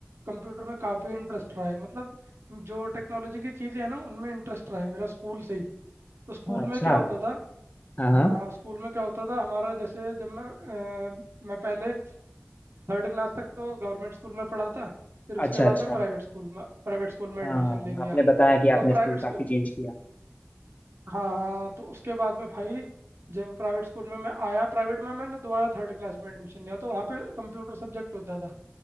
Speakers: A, on the right; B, on the left.
A: कंप्यूटर में काफ़ी इंटरेस्ट रहा है मतलब जो टेक्नोलॉजी की चीज़ें हैं ना उनमें इंटरेस्ट रहा है मेरा स्कूल से ही तो स्कूल
B: अच्छा
A: में क्या होता था
B: हाँ हाँ
A: हाँ स्कूल में क्या होता था हमारा जैसे जब मैं अ, मैं पहले थर्ड क्लास तक तो गवर्नमेंट स्कूल में पढ़ा था फिर उसके
B: अच्छा
A: बाद
B: अच्छा
A: में प्राइवेट स्कूल में प्राइवेट स्कूल में एडमिशन
B: हाँ
A: ले लिया
B: आपने बताया कि आपने
A: तब प्राइवेट
B: स्कूल
A: स्कूल
B: काफी चेंज किया
A: हाँ हाँ तो उसके बाद में भाई जब प्राइवेट स्कूल में मैं आया प्राइवेट में मैंने दोबारा थर्ड क्लास में एडमिशन लिया तो वहाँ पे कंप्यूटर सब्जेक्ट होता था